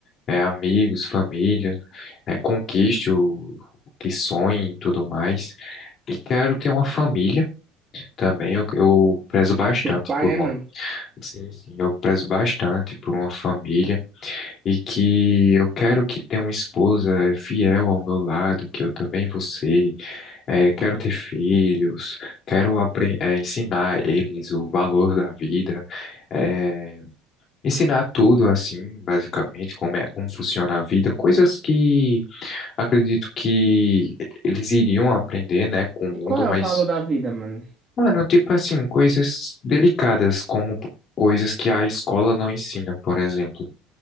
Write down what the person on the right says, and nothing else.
Ter pai,
é,
mano?
E qual
é o valor da vida, mano?